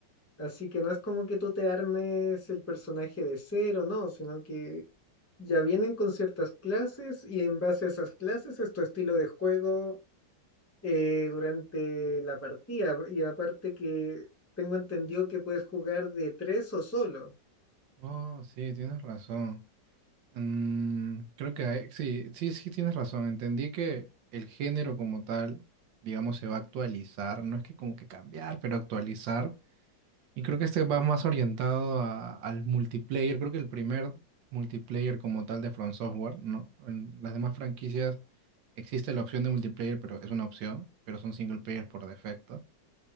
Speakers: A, on the left (about 15°); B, on the right (about 80°).
A: Así que no es como que tú te armes el personaje de cero, no, sino que ya vienen con ciertas clases y en base a esas clases es tu estilo de juego eh, durante la partida. Y aparte que tengo entendido que puedes jugar de tres o solo.
B: Oh, sí, tienes razón. Mm, creo que hay- sí, sí, sí tienes razón. Entendí que el género como tal, digamos, se va a actualizar. No es que como que cambiar, pero actualizar. Y creo que este va más orientado a- al multiplayer. Creo que el primer multiplayer como tal de From Software, ¿no? En las demás franquicias existe la opción de multiplayer, pero es una opción, pero son single player por defecto.